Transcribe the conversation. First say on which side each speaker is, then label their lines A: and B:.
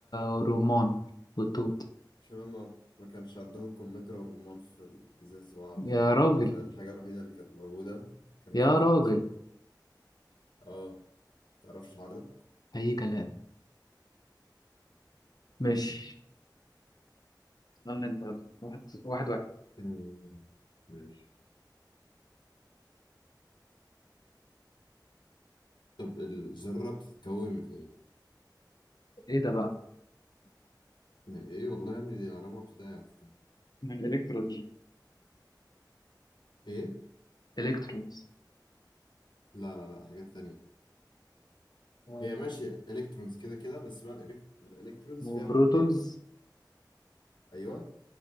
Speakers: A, on the left (about 60°); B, on the left (about 75°).
A: والرمان والتوت
B: عشان هما ما كانش عندهم كمثرى ورمان في الجزاز العرب
A: يا
B: زمان
A: راجل
B: فالحاجة الوحيدة اللي كانت موجودة كانت
A: يا
B: التوت
A: راجل
B: اه تعرفش الحوار ده
A: أي كلام ماشي
B: <laughs>
A: استنى أنت يلا. واحد واحد واحد
B: آه، ماشي طب الذرة بتتكون من ايه؟
A: إيه ده بقى
B: من ايه والله يا ابني دي رابعة ابتدائي عارفة
A: من الكترونز
B: ايه؟
A: إلكترونز
B: لا لا لا حاجات تانية
A: آه،
B: هي ماشي الكترونز كده كده بس بقى الإلكت- الالكترونز
A: وبروتونز
B: فيها حاجتين برضو ايوه